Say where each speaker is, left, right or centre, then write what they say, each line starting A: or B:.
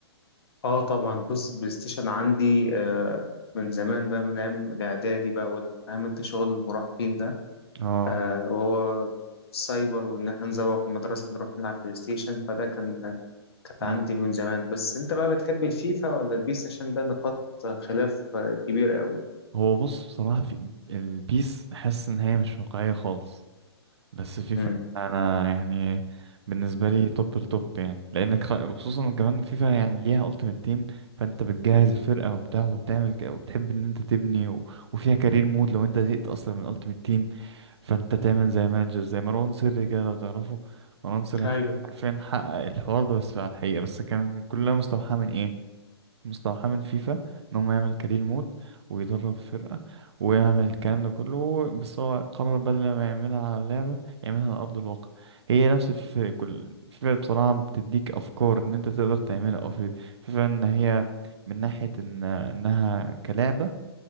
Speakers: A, on the left; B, on the right.
A: اه طبعا بص البلاي ستيشن عندي آه من زمان بقى من ايام الاعدادي بقى وال- فاهم انت شغل المراهقين ده
B: اه
A: آه وهو السايبر وان احنا نزوق من المدرسة نروح نلعب بلاي ستيشن فده كان كانت
B: مم.
A: عندي من زمان بس انت بقى بتحب الفيفا ولا البيس عشان ده نقاط خلاف كبير قوي
B: هو بص بصراحه في البيس حاسس ان هي مش واقعيه خالص بس فيفا
A: امم
B: انا يعني بالنسبه لي توب التوب يعني لانك خ- خصوصا كمان فيفا يعني ليها التيمت تيم فانت بتجهز الفرقه وبتاع وبتعمل ك- وبتحب ان انت تبني و... وفيها كارير مود لو انت زهقت اصلا من التيمت تيم فانت تعمل زي مانجر زي مروان سري كده لو تعرفه مروان سري
A: ايوه
B: حرفيا حقق الحوار ده بس على الحقيقه بس كان كلها مستوحاه من ايه مستوحاه من فيفا ان هو يعمل كارير مود ويدرب فرقة ويعمل الكلام ده كله بس هو قرر بدل ما يعملها على لعبة يعملها على أرض الواقع هي نفس فيفا كل فيفا بصراحة بتديك أفكار إن أنت تقدر تعملها أو في فيفا إن هي من ناحية إن إنها كلعبة